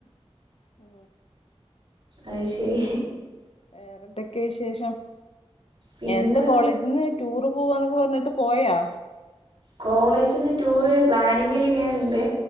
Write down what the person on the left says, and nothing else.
ഓ
വേറെ എന്തൊക്കെയാ വിശേഷം
എന്താ കോളേജിൽന്ന് ടൂറ് പോവാന്നൊക്കെ പറഞ്ഞിട്ട് പോയാ